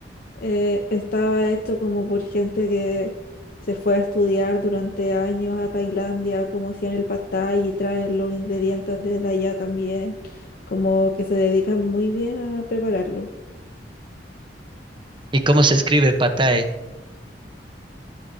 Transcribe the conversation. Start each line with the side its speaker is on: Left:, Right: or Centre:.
Left: eh, estaba hecho como por gente que se fue a estudiar durante años a Tailandia, como hacían el pad thai y traen los ingredientes desde allá también, como que se dedican muy bien a prepararlo.
Right: ¿Y cómo se escribe patae?